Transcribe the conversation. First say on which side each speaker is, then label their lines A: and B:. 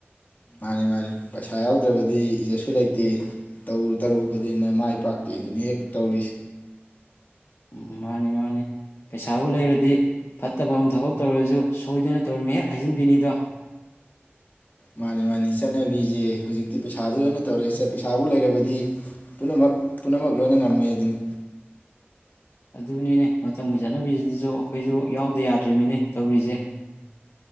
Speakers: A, on the left; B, on the left.
A: ꯃꯥꯟꯅꯤ ꯃꯥꯟꯅꯤ ꯄꯩꯁꯥ ꯌꯥꯎꯗ꯭ꯔꯕꯗꯤ ꯏꯖꯠꯁꯨ ꯂꯩꯇꯦ ꯇꯧꯔꯨ ꯇꯧꯔꯨ ꯈꯨꯗꯤꯡꯗ ꯃꯥꯏ ꯄꯥꯛꯇꯦ ꯑꯗꯨꯅꯤ ꯍꯦꯛ ꯇꯧꯔꯤꯁꯦ
B: ꯎꯝ ꯃꯥꯟꯅꯤ ꯃꯥꯟꯅꯤ ꯄꯩꯁꯥꯕꯨ ꯂꯩꯔꯗꯤ ꯐꯠꯇꯕ ꯑꯃ ꯊꯕꯛ ꯇꯧꯔꯁꯨ ꯁꯣꯏꯗꯅ ꯇꯧꯔꯝꯃꯤ ꯍꯦꯛ ꯍꯥꯏꯖꯤꯟꯕꯤꯅꯤꯗꯣ
A: ꯃꯥꯟꯅꯤ ꯃꯥꯟꯅꯤ ꯆꯠꯅꯕꯤꯖꯦ ꯍꯧꯖꯤꯛꯇꯤ ꯄꯩꯁꯥꯗ ꯂꯣꯏꯅ ꯇꯧꯔꯦ ꯄꯩꯁꯥꯕꯨ ꯂꯩꯔꯕꯗꯤ ꯄꯨꯝꯅꯃꯛ ꯄꯨꯝꯅꯃꯛ ꯂꯣꯏꯅ ꯉꯝꯃꯦꯗꯨꯅꯤ
B: ꯑꯗꯨꯅꯤꯅꯦ ꯃꯇꯝꯒꯤ ꯆꯠꯅꯕꯤꯁꯤꯗꯁꯨ ꯑꯩꯈꯣꯏꯁꯨ ꯌꯥꯎꯗ ꯌꯥꯗ꯭ꯔꯤꯃꯤꯅꯦ ꯇꯧꯔꯤꯁꯦ